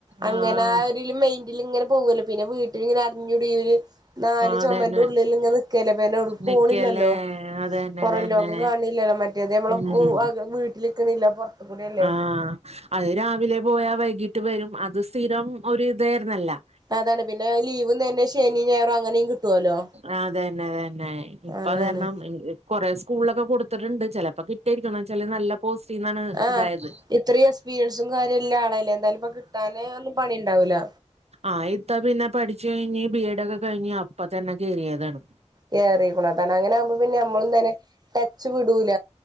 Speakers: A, on the right (about 35°); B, on the right (about 60°).
A: അങ്ങനെ
B: ആഹ്
A: ആ മൈൻഡിൽ ഇങ്ങനെ പോകല്ല പിന്നെ വീട്ടിൽ ഇങ്ങനെ അടിഞ്ഞൂടി ഒരു നാല്
B: ആഹ്
A: ചുമരിന്റെ
B: അതന്നെ
A: ഉള്ളിൽ ഇങ്ങെനെ നിക്കല്ലേ പനോ പോണില്ലല്ലോ
B: നിക്കല്ലേ അതന്നെ
A: പുറംലോകം
B: അതന്നെ
A: കാണില്ലല്ലോ മറ്റേത് നമ്മള്
B: ഉം
A: വീട്ടിലിക്കണില്ല പോറത്ത്കൂടെ അല്ലേ
B: ആഹ് അത് രാവിലെ പോയാൽ വൈകീട്ട് വരും അത് സ്ഥിരം ഒരൂ ഇതായിരൂന്നലോ
A: അതാണ് പിന്നെ ലീവ്ന്ന് തന്നെ ശനി ഞായർ അങ്ങനെയും കിട്ടുവല്ലോ
B: ആ അതന്നേ അതന്നെ ഇപ്പതാരണം
A: അതാണ്
B: കൊറേ സ്കൂളിലൊക്കെ കൊടുത്തിട്ടിണ്ട് ചെലപ്പോ കിട്ടേരിക്കും എന്ന് വച്ചാല് നല്ല പോസ്റ്റീന്നാണ്
A: ആ
B: ഇതായത്
A: ഇത്രയും എക്സ്പീരിയൻസും കാര്യല്ല ആളല്ലേ എന്തായാലും ഇപ്പൊ കിട്ടാന് ഒന്നും പണി ഇണ്ടാവൂല
B: ആ ഇത്ത പിന്നെ പഠിച്ച് കയിഞ്ഞ് ബി എഡ് ഒക്കെ കഴിഞ്ഞ് അപ്പ തന്നെ കയറിയതാണ്
A: കേയറിക്കണു അതാണ് അങ്ങനെ ആകുമ്പോ പിന്നെ നമ്മള് തന്നെ ടച്ച് വിടൂല